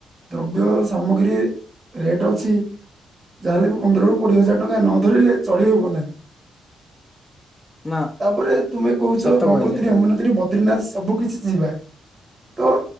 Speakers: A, on the right; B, on the left.
A: ଦ୍ରବ୍ୟ ସାମଗ୍ରୀ ରେଟ ଅଛି ଯାହାେଲେ ବି ପନ୍ଦରରୁ କୋଡିଏ ହଜାର ଟଙ୍କା ନ ଧରିଲେ ଚଢିହବ ନାହିଁ।
B: <inaudible> ନା
A: ତାପରେ ତୁମେ କହୁଛ
B: ସତ
A: ଗଙ୍ଗୋତ୍ରୀ,
B: କହିଲେ
A: ଅମୁନତ୍ରୀ, ବଦ୍ରିନାଥ, ସବୁ କିଛି ଯିବା ତ